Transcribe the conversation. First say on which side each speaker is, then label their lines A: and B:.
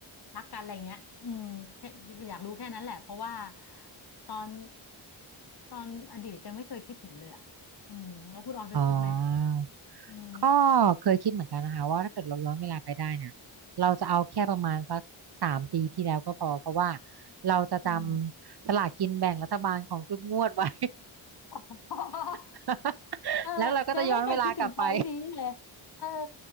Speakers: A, on the left; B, on the right.
A: รักกันอะไรเงี้ยอืมแค่อยากรู้แค่นั้นแหละ เพราะว่าตอนตอนอดีตจังไม่เคยคิดถึงเลยอ่ะอืมแล้วคุณออยเคยคิดไหม
B: อ๋อ
A: อืม
B: ก็เคยคิดเหมือนกันนะคะว่าถ้าเกิดเราย้อนเวลาไปได้เนี่ยเราจะเอาแค่ประมาณสักสามปีที่แล้วก็พอเพราะว่าเราจะจำสลากกินแบ่งรัฐบาลของทุกงวดไว้
A: อืม <laughs>
B: <laughs>
A: เออยังไม่เคยคิดถึงพอยต์นี้เลยเออ
B: แล้วเราก็จะย้อนเวลากลับไป